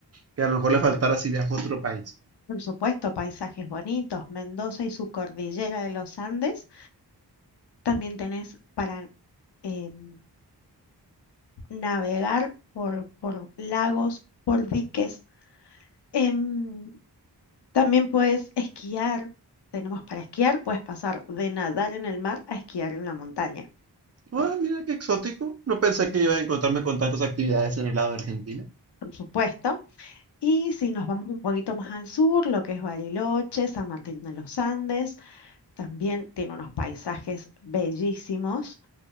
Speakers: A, on the right; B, on the left.
A: que a lo mejor le faltara si viajo a otro país.
B: por supuesto, paisajes bonitos, Mendoza y su cordillera de los Andes. También tenés para em, navegar por, por lagos, por diques. Em, también puedes esquiar. Tenemos para esquiar, puedes pasar de nadar en el mar a esquiar en la montaña.
A: Ah, mira qué exótico. No pensé que iba a encontrarme con tantas actividades en el lado de Argentina.
B: Por supuesto. Y si nos vamos un poquito más al sur, lo que es Bariloche, San Martín de los Andes, también tiene unos paisajes bellísimos.